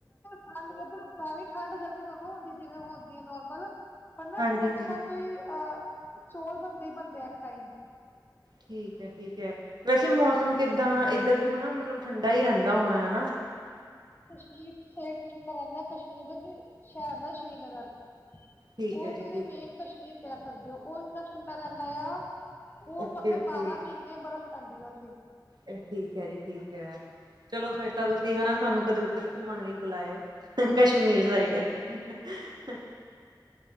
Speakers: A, on the left; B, on the right.
A: ਠੰਡ ਇੱਧਰਵੇ ਠੰਡ ਗਰਮੀ ਦੋਨੋਂ ਹੁੰਦੀ ਜਿਵੇਂ ਹੁੰਦੀ ਹੈ ਨੋਰਮਲ ਪਰ ਨਾ
B: ਹਾਂਜੀ-ਹਾਂਜੀ।
A: ਤ ਬਚਪਨ ਤੋਂ ਹੀ ਅ ਚੌਲ ਬਣਦੇ ਹੀ ਬਣਦੇ ਇੱਕ ਟਾਈਮ
B: ਠੀਕ ਹੈ ਠੀਕ ਹੈ ਵੈਸੇ ਮੌਨਸੂਮ ਕਿੱਦਾਂ ਇੱਧਰ ਹਨਾ ਮਤਲਬ ਠੰਡਾ ਹੀ ਰਹਿੰਦਾ ਹੋਣਾ ਹੈ
A: ਸ ਠੰਡਾ ਰਹਿੰਦਾ ਕਸ਼ਮੀਰ ਦੇ ਕਿ ਸ਼ਹਿਰ ਦਾ ਸ਼੍ਰੀਨਗਰ
B: ਠੀਕ
A: ਉਹ
B: ਹੈ ਜੀ
A: ਤੁਸੀਂ
B: ਠੀਕ।
A: ਮੇਨ ਕਸ਼ਮੀਰ ਕ ਸਕਦੇ ਹੋ ਉਹ ਇੰਨਾ ੁੰਦਾ ਰਹਿੰਦਾ ਆ ਉਹ
B: ਓਕੇ-ਓਕੇ
A: ਮਤਲਬ ਬਾਰਾਂ ਮਹੀਨੇ ਬਰਸ ਪੈਂਦੀ ਰਹਿੰਦੀ
B: ਇਹ ਠੀਕ ਹੈ ਜੀ ਠੀਕ ਹੈ ਚਲੋ
A: ਹਾਂਜੀ
B: ਫੇਰ ਤਾਂ ਤੁਸੀਂ ਹਨਾ ਸਾਨੂੰ ਕਦੇ ਉੱਧਰ ਘੁੰਮਣ ਲਈ ਬੁਲਾਇਓ ਕਸ਼ਮੀਰ ਸਾਈਡ ਹੈ